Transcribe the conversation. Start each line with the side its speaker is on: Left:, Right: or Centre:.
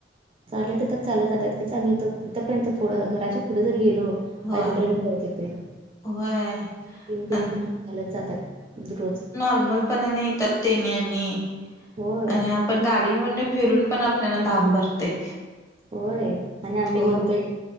Right: चालत येतात, चालत जातात तेच आम्ही इथ, इथपर्यंत थोडं घराच्या पुढे जरी गेलो.
Left: होय
Right: पाय दुःखायले कीं परत येतोय.
Left: होय.
Right: तीन किलोमीटर
Left: आणि
Right: चालत जातात, रोज.
Left: मल पणाने येतात ते नेहमी
Right: होय
Left: आणि आप पण गाडीवर फिरून पण आपल्याला धाप भरते.
Right: होय आणि आम्ही
Left: हो
Right: म्हणतोय,